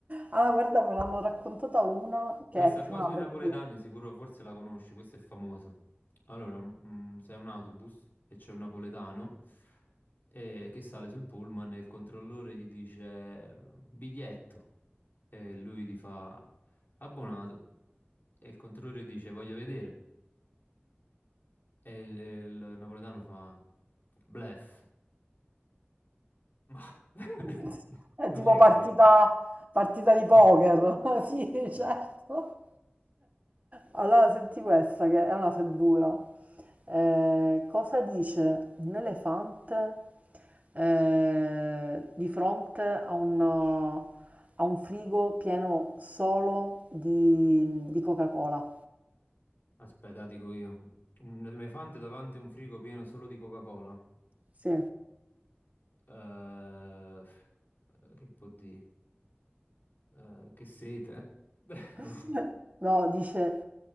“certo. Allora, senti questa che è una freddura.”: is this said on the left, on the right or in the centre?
Right